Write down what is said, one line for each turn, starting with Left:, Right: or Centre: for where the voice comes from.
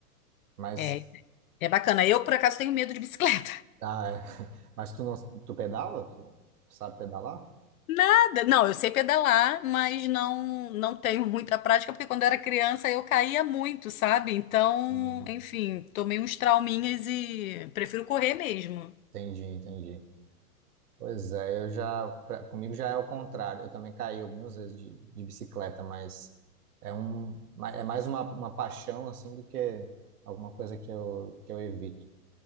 Right: Mas,
Left: É, É bacana. Eu, por acaso, tenho medo de bicicleta.
Right: ah, é. <laughs> Mas tu não, tu pedala? Tu, tu sabe pedalar?
Left: <laughs> Nada. Não, eu sei pedalar, mas não não tenho muita prática, porque quando eu era criança eu caía muito, sabe? Então,
Right: Hum,
Left: enfim, tomei uns trauminhas e prefiro correr mesmo.
Right: Entendi, entendi. Pois é, eu já, pra- comigo já é o contrário. Eu também caí algumas vezes de, de bicicleta, mas é um, ma- é mais uma, uma paixão assim do que alguma coisa que eu, que eu evito.